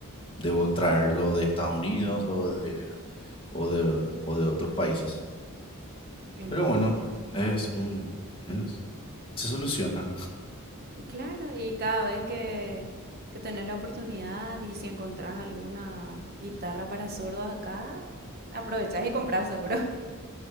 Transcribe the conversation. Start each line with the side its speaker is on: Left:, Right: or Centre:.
Left: debo traerlo de Estados Unidos o de, o de, o de otros países.
Right: Entiendo,
Left: Pero bueno,
Right: entiendo.
Left: es un, es, Se soluciona.
Right: Claro, y cada vez que, que tenés la oportunidad y si encontrás alguna guitarra para zurdos acá, aprovechás y comprás seguro.